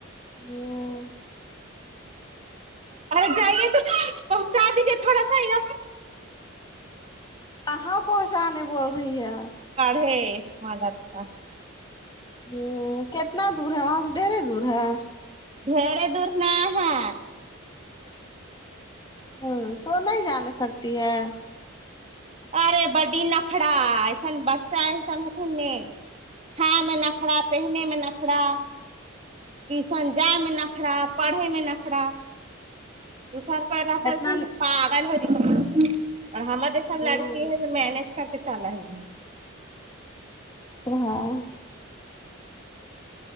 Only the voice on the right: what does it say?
ارے جائیے تو پہنچا دیجیے تھوڑا سااھر
پڑھے مدار کا
دھڑے دور نہ ہےا
ارے بڈی نخڑا ایسن بچہ ایسن ہتن ن ہاں میں نخڑا پہنے میں نخڑا ٹیوشن جائے میں نخرا پڑھے میں نخرا دوسرا پیدا کرکے
پاگل ہو جائیںگے اور ہمے دیکھو
کی ہے مینج کر کے چالا ہی نہیں